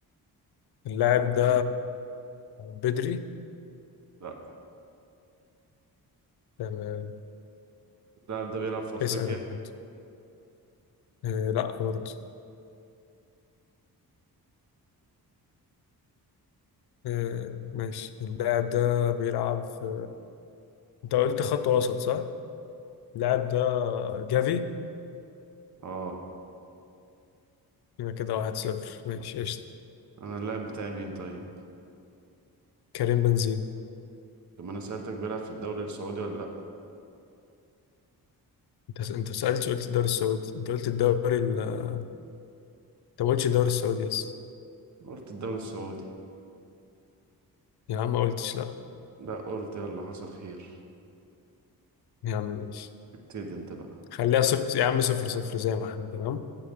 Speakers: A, on the left (about 85°); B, on the right (about 50°).
A: اللاعب ده بدري
B: لا
A: تمام
B: اللاعب ده بيلعب في أفريقيا
A: اسأل انت آه، لا برضه آه، ماشي اللاعب ده بيلعب في انت قلت خط وسط صح؟ اللاعب ده جافي
B: اه
A: يبقى كده واحد صفر ماشي قشطة
B: أنا اللاعب بتاعي مين طيب
A: كريم بنزيما
B: طب ما أنا سألتك بيلعب في الدوري السعودي ولا لأ
A: انت انت سألتش قلت الدوري السعودي انت قلت الدوري ال... انت ما قلتش الدوري السعودي يس
B: قلت الدوري السعودي
A: يا عم ما قلتش لا
B: لا قلت يلا حصل خير
A: يا عم ماشي
B: ابتدي انت بقى
A: خليها صفر يا عم صفر صفر زي ما احنا تمام